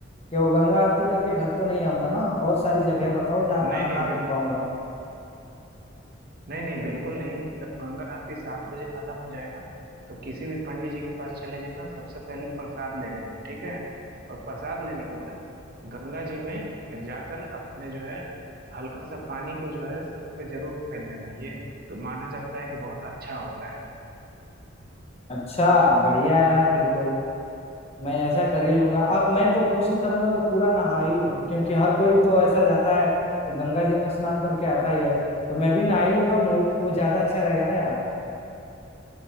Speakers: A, on the left; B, on the right.
A: क्यों गंगा आरती करके घर तो नहीं आऊंगा ना और सारी जगह बताओ जहाँ
B: नहीं
A: कहाँ
B: नहीं
A: कहाँ घूम पाऊंगा
B: नहीं नहीं बिल्कुल नहीं जब गंगा आरती सात बजे खत्म हो जाएगा तो किसी भी पंडित जी के पास चले जाना सबसे पहले प्रसाद ले लेना ठीक है और प्रसाद लेने के बाद गंगा जी में जाकर अपने जो है हल्का सा पानी को जो है सर पे जरूर फेर लेना ये माना जाता है कि बहुत अच्छा होता है
A: अच्छा बढ़िया यार फिर तो मैं ऐसा कर ही लूंगा और मैं तो कोशिश करूंगा कि पूरा नहा ही लूं क्योंकि हर कोई तो ऐसा जाता है तो गंगा जी में स्नान करके आता ही है तो मैं भी नहा ही लूंगा मोहित वो ज्यादा अच्छा रहेगा ना यार